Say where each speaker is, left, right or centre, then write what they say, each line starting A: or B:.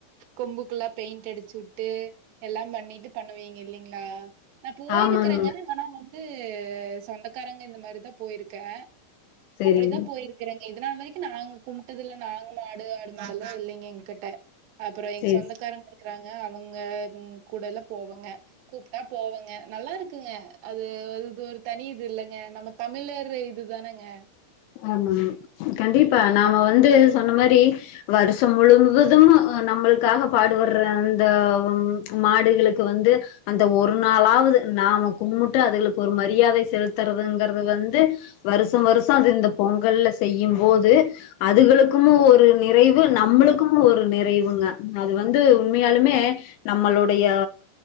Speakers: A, on the right; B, on the left.
A: கொம்புக்குல்லா பெயிண்ட் அடிச்சுவுட்டு எல்லா பண்ணிட்டு பண்ணுவீங்க இல்லைங்களா நா போயிருக்கிறேங்க
B: ஆமாங்க
A: ஆனா வந்து சொந்தக்காரங்க இந்த மாரிதா போயிருக்கே
B: செரிங்க
A: அப்பிடிதா போயிருக் கிறேங்க இது நாள் வரைக்கு நாங்க கும்ட்டதுல்ல நாங்க மாடு ஆடு மாடு எல்லா இல்லீங்க எங்க்கிட்ட அப்பறோ எங்க
B: சேரி
A: சொந்தக்காரங்க இருக்குறாங்க அவுங்க இவுங் கூடல்லா போவங்க கூப்ட்டா போவங்க நல்லா இருக்குங்க அது அது இது ஒரு தனி இது இல்லங்க நம்ம தமிழர் இருக்குற இது தானங்க
B: ஆமா கண்டிப்பா நாம வந்து சொன்ன மாரி வருஷோ முழுவதும் நம்மளுக்காக பாடுபட்ற அந்த மாடுகளுக்கு வந்து அந்த ஒரு நாளாவது நாம கும்முட்டு அதுகளுக்கு ஒரு மரியாதை செலுத்துறதுங்கறது வந்து வருஷோ வருஷோ அது இந்த பொங்கல்ல செய்யும்போது அதுகளுக்குமு ஒரு நிறைவு நம்மளுக்குமு ஒரு நிறைவுங்க அது வந்து உண்மையாலுமே நம்மளுடைய